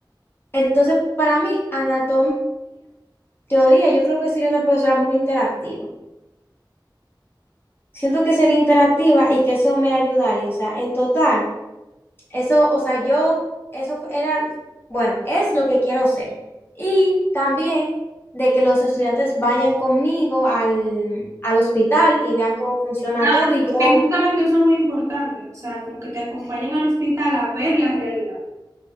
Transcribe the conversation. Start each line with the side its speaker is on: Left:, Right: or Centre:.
Left: Entonces, para mí, anatomía, teoría, yo creo que sería una profesora muy interactiva. Siento que sería interactiva y que eso me ayudaría, o sea, en total, eso, o sea, yo, eso era, bueno, es lo que quiero ser. Y también de que los estudiantes vayan conmigo al, al hospital y vean cómo funciona
Right: Ah,
Left: todo y yo,
Right: que justamente eso es muy importante, o sea, como que te acompañen al hospital a ver la realidad.